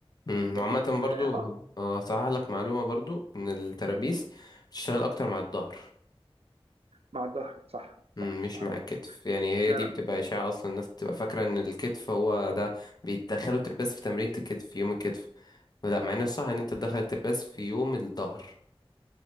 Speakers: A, on the left (about 40°); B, on the right (about 80°).
A: امم
B: لكن
A: وعامة برضو
B: اه آه،
A: آه، هصحح لك معلومة برضو إن الترابيس بتشتغل أكتر مع الظهر
B: مع الظهر صح
A: مم،
B: صح
A: مش
B: مع
A: مع
B: الظهر
A: الكتف يعني هي
B: لا
A: دي
B: لا
A: بتبقى إشاعة أصلا الناس بتبقى فاكرة إن الكتف هو ده بيتدخلوا الترباس في تمرينة الكتف في يوم الكتف لا مع إن
B: اه
A: الصح إن أنت تدخل الترباس في يوم الظهر